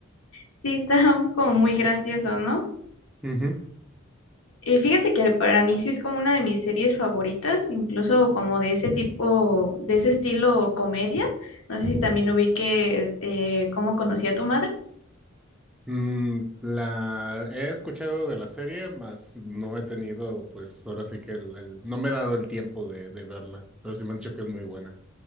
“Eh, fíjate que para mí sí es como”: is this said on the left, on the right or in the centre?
Left